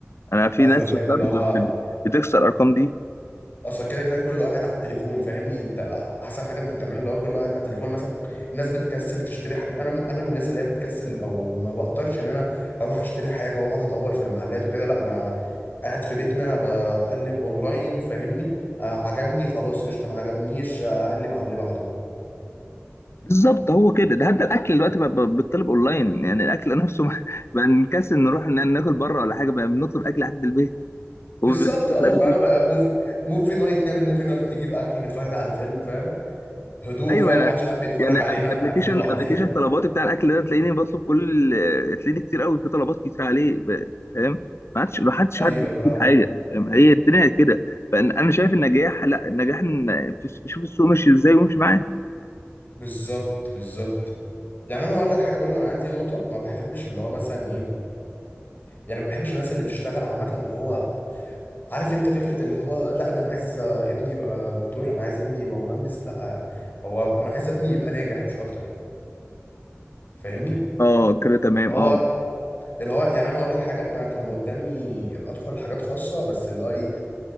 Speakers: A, on the left; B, on the left.
A: انا في
B: ايوه
A: ناس
B: فاهم
A: شفتها
B: اللي هو
A: بت- بتكسر الارقام دي
B: اصلا كده كده كله قاعد على التليفون فاهمني انت احسن حاجه انت بتعملها اللي هو كله قاعد على التليفون مثلا الناس بتكسل تشتري حاجات انا من- انا من الناس اللي هي بتكسل او ما بقدرش ان انا اروح اشتري حاجه واقعد ادور في المحلات وكده لا انا قاعد في بيتنا بقلب اونلاين فاهمني آه عجبني خلاص قشطه ما عجبنيش اقلب على اللي بعده
A: بالظبط هو كده ده حتى الاكل دلوقتي بقى بقى بيطلب اونلاين يعني الاكل نفسه <laughs> بقى بقى نكسل نروح ن- ناكل بره ولا حاجه بقى بنطلب اكل لحد البيت
B: بالظبط
A: وبنطلب
B: اه فاهم آه، موفي موفي نايت نعمل موفي نايت نجيب اكل نتفرج على فيلم فاهم هدوء
A: ايوه
B: فاهم
A: انا
B: محدش قاعد بيتفرج
A: يعني
B: علينا احنا
A: ابلكيشن
B: قاعدين لوحدنا
A: ابلكيشن طلباتي بتاع الاكل ده تلاقيني بطلب كل تلاقيني كتير قوي في طلبات كتير عليه ب- فاهم ما عادش ما حدش
B: ايوه
A: حد بيطلب
B: فاهم
A: حاجه فاهم هي الدنيا كده فانا شايف النجاح لا النجاح ان في- شوف السوق ماشي ازاي وامشي معاه
B: بالظبط بالظبط يعني انا هقول لك حاجه برضه انا عندي نقطه ما بحبش اللي هو مثلا ايه يعني ما بحبش الناس اللي بتشتغل عامه اللي هو عارف انت فكره اللي هو لا ده انا عايز ابني يبقى دكتور انا عايز ابني يبقى مهندس لا هو انا عايز ابني يبقى ناجح مش اكتر فاهمني
A: اه كده تمام
B: اللي هو
A: اه
B: اللي هو يعني انا اقول لك حاجه انا كان قدامي ادخل حاجات خاصه بس اللي هو ايه